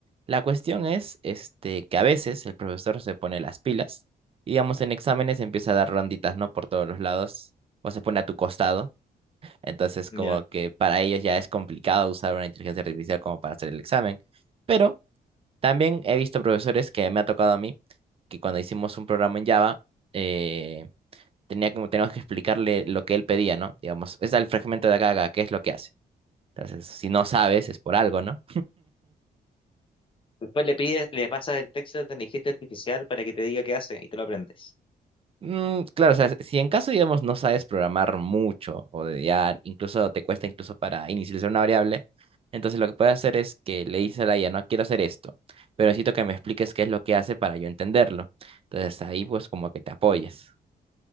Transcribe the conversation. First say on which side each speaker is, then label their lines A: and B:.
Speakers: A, on the right; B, on the left.
A: La cuestión es este, que a veces el profesor se pone las pilas y, digamos, en exámenes empieza a dar ronditas, ¿no? Por todos los lados o se pone a tu costado. Entonces, como
B: Ya.
A: que para ellos ya es complicado usar una inteligencia artificial como para hacer el examen. Pero también he visto profesores que me ha tocado a mí que cuando hicimos un programa en Java, eh, tenía como, teníamos que explicarle lo que él pedía, ¿no? Digamos, es el fragmento de acá, a acá, ¿qué es lo que hace? Entonces, si no sabes, es por algo, ¿no?
B: Después le pides, le pasas el texto de inteligencia artificial para que te diga qué hace y te lo aprendes.
A: Mm, claro, o sea, si en caso, digamos, no sabes programar mucho o de ya incluso te cuesta incluso para inicializar una variable, entonces lo que puedes hacer es que le dices a la IA, no quiero hacer esto, pero necesito que me expliques qué es lo que hace para yo entenderlo. Entonces ahí pues como que te apoyes.